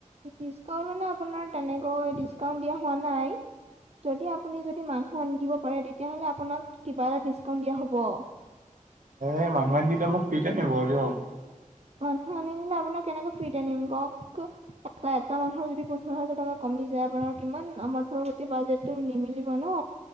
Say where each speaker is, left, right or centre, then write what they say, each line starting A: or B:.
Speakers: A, on the right; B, on the right.
A: ডিছকাউণ্ট মানে আপোনাৰ তেনেকৈ ডিছকাউণ্ট দিয়া হোৱা নাই। যদি আপুনি যদি মানু্হ আনি দিব পাৰে, তেতিয়াহ'লে আপোনাক কিবা এটা ডিছকাউণ্ট দিয়া হব আৰু।
B: এই মানুহ আনি দিলে মোক ফ্ৰীটে নিব আৰু দিয়ক।
A: মানুহে আনি নিদিলে আপোনাক কেনেকে ফ্ৰীতে নিম কওক? এটা, এটা মানুহৰ যদি পোন্ধৰ হাজাৰ টকা কমি যায় আপোনাৰ কিমান আমাৰ টো গোটেই বাজেটটো নিমিলিব ন!